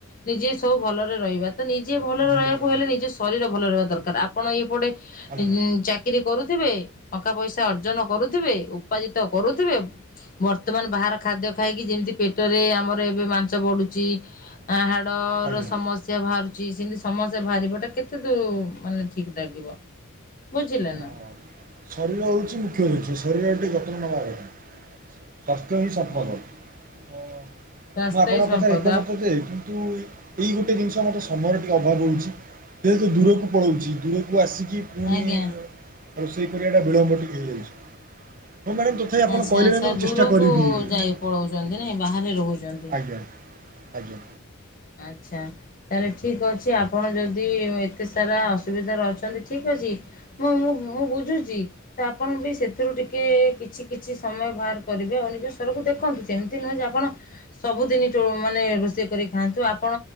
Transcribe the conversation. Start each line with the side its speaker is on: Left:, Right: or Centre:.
Left: ନିଜେ ସବୁ ଭଲରେ ରହିବା ତ ନିଜେ ଭଲରେ
Right: ନିହାତି
Left: ରହିବାକୁ
Right: ନିହାତି
Left: ହେଲେ ନିଜ ଶରୀର ଭଲ ରହିବା ଦରକାର ଆପଣ ଏଇପଟେ
Right: ଆଜ୍ଞା
Left: ଚାକିରି କରୁଥିବେ ଟଙ୍କା ପଇସା ଅର୍ଜନ କରୁଥିବେ ଉପାର୍ଜିତ କରୁଥିବେ ବର୍ତ୍ତମାନ ବାହାର ଖାଦ୍ୟ ଖାଇକି ଯେମତି ପେଟରେ ଆମର ଏବେ ମାଂସ ବଡୁଛି ହାଡର
Right: ଆଜ୍ଞା
Left: ସମସ୍ୟା ବାହାରୁ ସେମତି ସମସ୍ତେ ବାହାରିବ ଟା କେତେ ଦୂର ମାନେ ଠିକ ଲାଗିବ। ବୁଝିଲେନା।
Right: ହଁ ଶରୀର ହଉଛି ମୁଖ୍ୟ ଜିନଷ ଶରୀର ଟିକେ ଯତ୍ନ ନେବାର କଥା। ସ୍ୱାସ୍ଥ୍ୟ ହି ସମ୍ପଦ।
Left: ହଁ
Right: ତ
Left: ସ୍ୱାସ୍ଥ୍ୟ
Right: ମୁଁ ଆପଣଙ୍କ
Left: ହିଁ ସମ୍ପଦ
Right: କଥ ଏକମତ ଯେ କିନ୍ତୁ ଏଇ ଗୋଟେ ଜିନିଷ ମତେ ସମୟ ଟିକେ ଅଭାବ ରହୁଛି ଯେ ହେତୁ ଦୂରକୁ ପଳାଉଛି ଦୂର କୁ ଆସିକି ପୁଣି
Left: ଆଜ୍ଞା
Right: ରୋଶେଇ କରିବାଟା ବିଳମ୍ବ ଟିକେ ହେଇଯାଉଛି। ହଁ ମ୍ୟାଡାମ ତଥାପି ଆପଣ
Left: ଆଚ୍ଛା
Right: କହିଲେ
Left: ଆଚ୍ଛା
Right: ନା ମୁଁ
Left: ଦୂରକୁ
Right: ଚେଷ୍ଟା କରିବି ଆଜ୍ଞା।
Left: ଯାଇ ପଳଉଛନ୍ତି ନାଇଁ ବାହାରେ ରହୁଛନ୍ତି
Right: ଆଜ୍ଞା ଆଜ୍ଞା।
Left: ଆଚ୍ଛା ତାହେଲେ ଠିକ ଅଛି ଆପଣ ଯଦି ଏତେ ସାରା ଅସୁବିଧାରେ ଅଛନ୍ତି ଠିକ ଅଛି। ମୁଁ ମୁଁ ମୁଁ ବୁଝୁଛି ତ ଆପଣ ବି ସେଥିରୁ ଟିକେ କିଛି କିଛି ସମୟ ବାହାର କରି କରିବେ ଆଉ ନିଜ ସଵରକୁ ଦେଖନ୍ତୁ ସେମିତି ନୁହେଁ ଯେ ଆପଣ ସବୁଦିନ ମାନେ ରୋଷେଇ କର ଖାନ୍ତୁ ଆପଣ